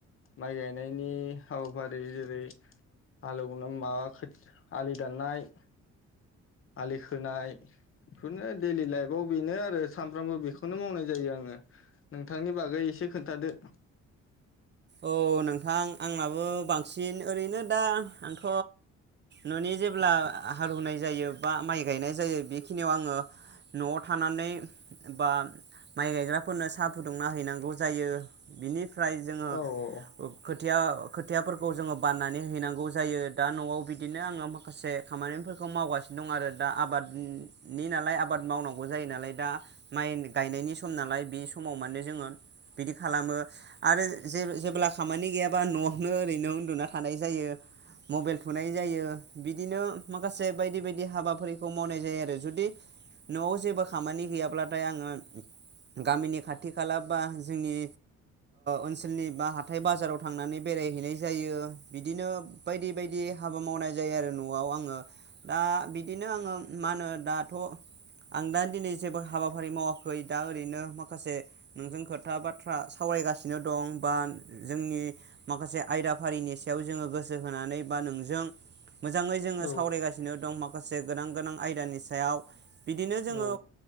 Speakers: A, on the left; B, on the right.
A: माइ गायनायनि हाबाफारि जेरै हालेवनो मा खो आलि दाननाय आलि खोनाय बेफोरनो डैलि लाइफआव बेनो आरो सानफ्रामबो बेखौनो मावनाय जायो आङो नोंथांनि बागै एसे खोन्थादो।
B: औ नोंथां आंनाबो बांसिन ओरैनो। दा आंथ ननि जे ब्ला हालवनाय जायो बा माइ गायनाय जायो बेखिनियाव आङो नआव थानानै बा माइ गायग्राफोरनो साहा फुदुंना हैनांगौ जायो बिनिफ्राय जोङो
A: औ औ।
B: खोथिया खोथियाफोरखौ जोङो बाननानै हैनांगौ जायो दा नआव बिदिनो आङो माखासे खामानिफोरखौ मावगासिनो दं आरो दा आबादनि नालाय आबाद मावनांगौ जायो नालाय दा। माइ गायनायनि सम नालाय बे। समाव माने जोङो बिदि खालामो आरो। जे जेब्ला खामानि गैयाबा नआवनो ओरैनो उन्दुना थानाय जायो। मबाइल थुनाय जायो बिदिनो। माखासे बायदि बायदि हाबाफखौ मावनाय जायो आरो जुदि नआव जेबो खामानि गैयाब्लाथाय आङो गामिनि खाथि खाला बा जोंनि ओनसोल ओनसोलनि बा हाथाय बाजाराव थांनानै बेरायहैनाय जायो बिदिनो बायदि बायदि हाबा मावनाय जायो आरो न'आव आङो। दा बिदिनो आङो मा होनो। दाथ आं दा दिनै जेबो हाबाफारि मावाखै दा ओरैनो माखासे नोंजों खोथा बाथ्रा सावरायगासिनो दं। बा जोंनि माखासे आयदाफारिनि सायाव जोङो गोसो होनानै बा नोंजों। मोजाङै जोङो
A: औ
B: सावरायगासिनो दं। माखासे गोनां गोनां आयदानि सायाव। बिदिनो जोङो।
A: औ